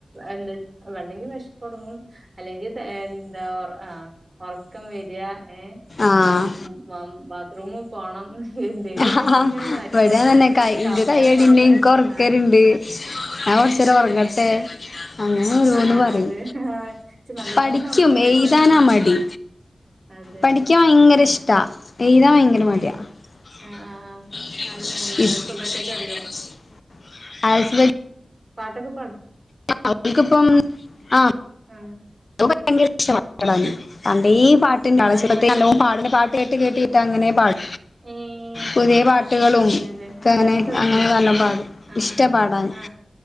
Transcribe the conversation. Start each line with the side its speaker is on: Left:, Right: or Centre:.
Right: എന്താ വല്ലെങ്കിൽ വെഷ്പ്പൊടങ്ങും അല്ലെങ്കി തെ എന്താ ആഹ് ഒർക്കം വര ഏഹ്
Left: ആഹ്
Right: എഹ് ബ ബാത്റൂമു പോണം. എന്തേലൊക്കെ
Left: ആ
Right: ആയിട്ട് ഇങ്ങനെ കാര്യം
Left: ഇവിടെ
Right: പറഞ്ഞ്
Left: തന്നെ കൈക്ക്
Right: സമയം
Left: കയ്യടിണ്ട്
Right: അങ്ങനെ
Left: ഇനക്ക് ഉറക്കരുണ്ട്
Right: ആഹ്
Left: കുറച്ച് ഉറങ്ങട്ടെ
Right: ആഹ്
Left: അങ്ങനെ ഒരോന്ന്
Right: ആഹ്
Left: പറയും
Right: അതെ ആഹ് ഇച്ച് നല്ലോണം
Left: പഠിക്കും
Right: ഒറക്കം വരുന്നുണ്ട്മ്മ
Left: എഴുതാനാ മടി
Right: അതെല്ലേ
Left: പഠിക്കാൻ ഭയങ്കര
Right: ആഹ്
Left: ഇഷ്ടാ എഴുതാ ഭയങ്കര
Right: ഏഹ്
Left: മടിയാ
Right: ആഹ് ആഹ്
Left: <inaudible>
Right: ആഹ് എന്താ അൽഫബേറ്റൊക്കെ അറിയോ പാട്ടക്കെ പാടും
Left: അവൾക്കിപ്പം ആ
Right: ആഹ്
Left: ഭയങ്കര ഇഷ്ടവാ പാടാൻ പണ്ടേ പാട്ടിന്റെ
Right: ആഹ്
Left: ആളാ
Right: അംഗനവാടിക്കൊക്കെ
Left: പക്ഷേ നല്ലോണം പാടുന്ന കാട്ടി കേട്ട് കേട്ടിട്ട് അങ്ങനെ പാടും
Right: ഹേ
Left: പുതിയ
Right: ആ
Left: പാട്ടുകളും
Right: അതെ അതെ
Left: ഒക്കെ അങ്ങനെ
Right: ഡാൻസ് വിളിച്ചോ
Left: അങ്ങനെ നല്ലോം പാടും
Right: ആ
Left: ഇഷ്ടാ പാടാൻ
Right: ആ